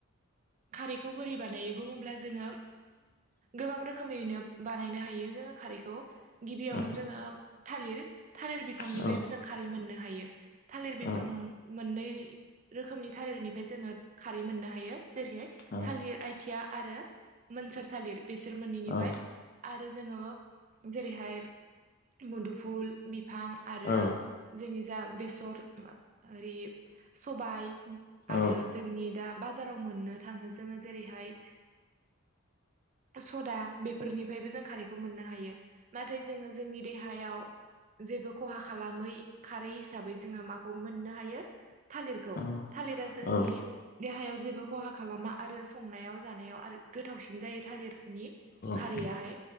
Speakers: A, on the right; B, on the left.
A: खारैखौ खौ बोरि बानायो बुंङोब्ला जोंङो गोबां रोखोमैनो बानायनो हायो जोङो खारैखौ गिबियावनो
B: औ
A: जोंङो थालिर थालिर बिफांनिफ्रायबो
B: औ
A: जों खारै मोननो हायो थालिर बिफां
B: औ
A: मोननै रोखोमनि थालिरनिफ्राय जोंङो खारै मोननो हायो जेरैहाय
B: औ
A: थालिर आइथिया आरो मोनसोर थालिर बेसोर मोननैनिफ्राय
B: औ औ
A: आरो ज जेरैहाय मुदुफुल बिफां आरो
B: औ
A: जा बेसर ओरि सबाय
B: औ
A: आरो जोंनि दा बाजाराव मोननो थांङो जोऔङो जेरैहाय सदा बेफोरनिफ्रायबो जों खारैखौ मोननो हायो नाथाय जोंङो जोंनि देहायाव जेबो खहा खालामै खारै हिसाबै जोंङो माखौ मोननो हायो थालिरखौ
B: औ
A: थालिरा जोंनि
B: औ
A: देहायाव जेबो खहा खालामा आरो संनायाव जानायाव आरो गोथावसिन जायो थालिरनि खारैआहाय
B: औ